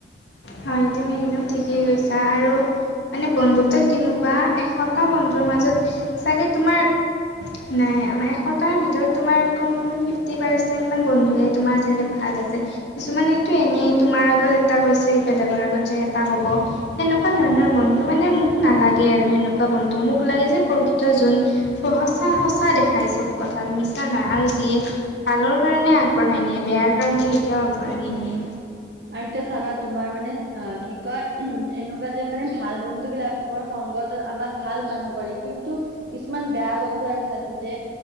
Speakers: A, on the left (about 85°); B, on the right (about 70°).
A: হয় তুমি একদম ঠিকেই গৈছা আৰু। মানে বন্ধুত্বত কেনেকোৱা এশটা বন্ধুৰ মাজত চাগে তোমাৰ। নাই আমাৰ এশতাৰ ভিতৰত তোমাৰম ফিফটি পাৰ্চেন্ট মান বন্ধুে তোমাৰ চাগে ভাল। কিছুমানেটো এনেই তোমাৰ আগত এটা কৈছে। যে বেলেগৰ আগত যায় এটা ক'ব সেনেকুৱা ধৰণৰ বন্ধু মানে মোক নালাগে আৰু সেনেকুৱা বন্ধু। মোক লাগে যে প্ৰকৃত যোন সঁচা সঁচা দেখায় চব কথাত মিছা নহয় আৰু যিয়ে। ভালৰ কাৰণে আগবঢ়াই নিয়ে বেয়াৰ কাৰণে কেতিয়াও আগবঢ়াই নি নিয়ে।
B: আৰু এতিয়া চাবা, তোমাৰ মানে অ কি কয় উ এনেকুৱা যে মানে ভাল বন্ধু বিলাকৰ। সংগত আমাক ভাল মানুহ কৰে কিন্তু কিছুমান বেয়া বন্ধু আৰু আছে যে